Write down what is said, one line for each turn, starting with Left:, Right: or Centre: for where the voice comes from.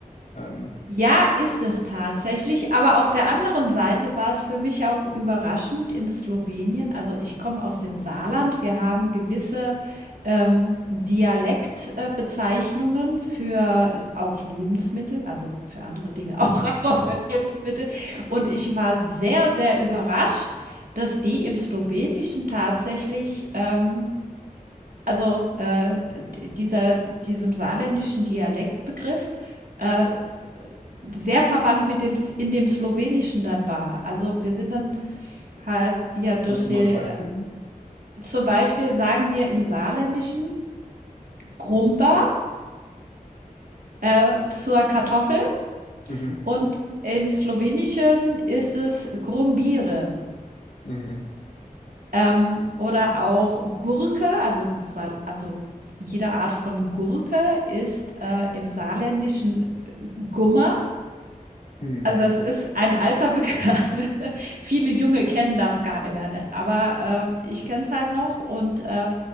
Left: Ähm,
Right: Ja, ist es tatsächlich, aber auf der anderen Seite war es für mich auch überraschend in Slowenien. Also, ich komme aus dem Saarland. Wir haben gewisse, ähm, Dialekt äh, Bezeichnungen für l auch Lebensmittel, also, für andere Dinge auch, <laughs> aber für Lebensmittel. Und ich war sehr, sehr überrascht, dass die im Slowenischen tatsächlich, ähm also, äh, d dieser diesem saarländischen Dialektbegriff, äh, sehr verwandt mit dem S in dem Slowenischen dann war. Also, wir sind dann halt ja durch
Left: kannst du
Right: die
Left: mal ein Beispiel
Right: äh,
Left: nennen?
Right: zum Beispiel sagen wir im Saarländischen „Grumpa“, äh, zur Kartoffel
Left: Mhm,
Right: und im Slowenischen ist es „Grumbire“,
Left: mhm,
Right: ähm, oder auch Gurke, also Sal also jede Art von Gurke ist, äh, im Saarländischen Gummer
Left: mhm.
Right: Also, das ist ein alter Bekan <laughs> Viele Junge kennen das gar nicht mehr, ne? Aber, äh, ich kenne es halt noch und, äh,